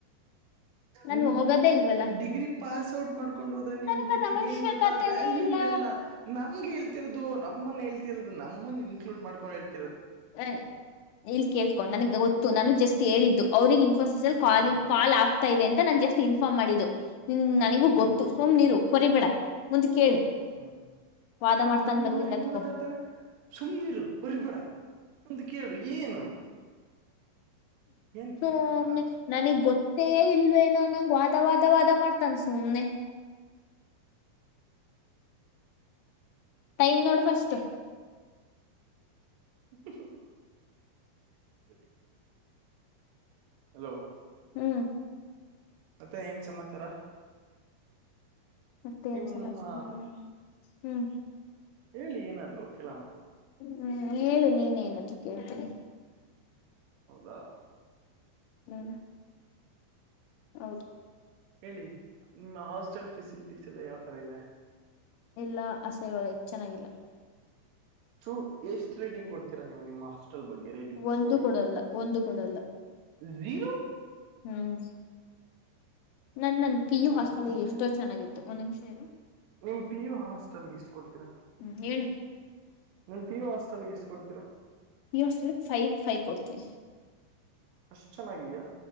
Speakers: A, on the left; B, on the right.
A: ನನ್
B: ನಿಮಗ
A: ಹೋಗೋದೇ
B: ಏನ್
A: ಇಲ್ವಲ್ಲ
B: ಡಿಗ್ರಿ ಪಾಸ್ ಔಟ್ ಮಾಡ್ ಕೊಂಡು ಹೋದ ನಿಮ್ಗೆ
A: ನನಗ ಅದ ಅವಶ್ಯಕತೆನೇ
B: ಏನ್ ಗೊತ್ತಾ ವ್ಯಾಲ್ಯೂ
A: ಇಲ್ಲ
B: ಇರಲ್ಲ ನಮ್ಗೆ ಹೇಳ್ತಿರೋದು ನಮ್ಮನ್ನ ಹೇಳ್ತಿರೋದು ನಮ್ಮನ್ ಇನ್ಕ್ಲೂಡ್ ಮಾಡಕೊಂಡ ಹೇಳ್
A: ಹ ಇಲ್ಲಿ ಕೇಳ್ಕೊಂಡ್ ನನ್ಗೆ ಗೊತ್ತು ನಾನು ಜಸ್ಟ್ ಹೇಳಿದ್ದು ಅವ್ರಿಗೆ ಇನ್ಫ ್
B: ಹ್ಮ್
A: ಕಾಲ್ ಆಗ್ತಾ ಇದೆ ಅಂತ ನ ಜಸ್ಟ್ ಇನ್ಫಾರ್ಮ್ ಮಾಡಿದ್ದು ನನಗೂ
B: ಹ್ಮ್
A: ಗೊತ್ತು ಸುಮ್ಮನಿರು. ಕೊರಿಬೇಡ ಮುಂದ ಕೇಳು.
B: ಹ್ಮ್
A: ವಾದ ಮಾಡ್ತಾನೆ
B: ಹರಡ
A: ಬರೀ ಎಲ್ಲದಕ್ಕೂ
B: ಹೆಂಗ್ ಮಾತಾಡ್ತಾಳೆ ಸುಮ್ನೀರು ಕೊರಿಬೇಡಾ. ಒಂದು ಕೇಳು ಏನು. ಏನ್
A: ಸುಮ್ನೆ
B: ಪ್ರಿಯಾ ಮೇಡಮ್
A: ನನಗ್ ಗೊತ್ ತ್ತೆ ಇಲ್ವೇನೋ ಅನ್ನಂಗ್ ವಾದ ವಾದ ವಾದ ಮಾಡ್ತನ್ ಸುಮ್ನೆ. ಟೈಮ್ ನೋಡ ಫಸ್ಟ್.
B: ಹಹ. ಹಲೋ.
A: ಹ್ಮ್.
B: ಮತ್ತೆ ಏನ್ ಸಮಾಚಾರ.
A: ಮತ್ತೆ
B: ನಿಮ್ಮ
A: ಏನ ಸಮಾಚಾರ ಹ್ಮ್.
B: ಹೇಳಿ ಏನಾದ್ರು ಕೆೇಳನ.
A: ಹ್ಮ್ ಹೇಳು ನೀನೇ ಏನಾದ್ರೂ ಕೇಳ್ತೀನಿ.
B: ಹೌದಾ.
A: ಹ್ಮ್. ಹೌದು.
B: ಹೇಳಿ ನಿಮ್ಮ ಹಾಸ್ಟೆಲ್ ಫೆಸಿಲಿಟೀಸ್ ಎಲ್ಲ ಯಾವ್ತರ ಇದೆ.
A: ಎಲ್ಲಾ ಆಸಯ್ಯವಾಗೇತಿ ಚೆನ್ನಾಗಿಲ್ಲ.
B: ತೂ ಎಷ್ಟು ರೀಟಂಗ್ಡ್ತೀರಾ ನೀವು ನಿಮ್ಮ ಹೋಸ್ಟ್ ಹಾಸ್ಟೆಲ್ ಬಗ್ಗೆ ರೇಟಿಂಗ್ಸ್
A: ಒಂದು
B: ಕೊಡಿ
A: ಕೊಡಲ್ಲ
B: ಅಂದ್ರೆ
A: ಒಂದು ಕೊಡಲ್ಲ
B: ಜೀರೋ.
A: ಹ್ಮ್ ನನ್ ನನ್ ಪಿ ಯು
B: ಮೈ
A: ಹಾಸ್ಟೆಲ್ಗೆ
B: ಗಾಡ್
A: ಎಷ್ಟೋ ಚೆನ್ನಾಗಿತ್ತು ಒಂದ್ ನಿಮಿಷ ಇರು.
B: ನಿಮ್ ಪಿ ಯು ಹಾಸ್ಟೆಲ್ಗೆಷ್ಟು ಕೊಡ್ತೀರಾ.
A: ಹ್ಮ್ ಹೇಳು
B: ನೀನ್ ಪಿ ಯು ಹಾಸ್ಟೆಲ್ಗೆ ಎಷ್ಟು ಕೊಡ್ತೀರಾ.
A: ಪೀ ಯು ಹಾಸ್ಟೆಲ್ಕ ಫೈವ್ ಗೆ ಫೈವ್ ಕೊಡ್ತೇನ.
B: ಅಷ್ಟು ಚೆನ್ನಾಗಿದ್ಯಾ